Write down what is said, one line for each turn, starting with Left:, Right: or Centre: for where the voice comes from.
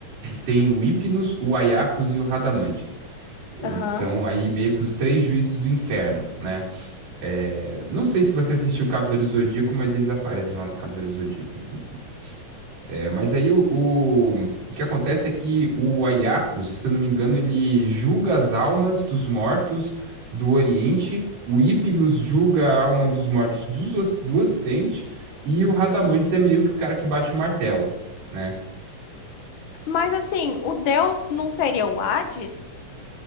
Right: Tem o Hypnos, o Aiacos e o Radamantes. Eles
Left: Aham.
Right: são aí meio que os três juízes do inferno, né? É, Não sei se você assistiu Cavaleiro Zodíaco, mas eles aparecem lá no Cavaleiro Zodíaco, inclusive. É, mas aí o... o- o que acontece é que o Aiacos, se eu não me engano, ele julga as almas dos mortos do Oriente, o Hypnos julga a alma dos mortos dos oc- do Ocidente, e o Radamantes é meio que o cara que bate o martelo. né?
Left: Mas assim, o deus não seria o Hades?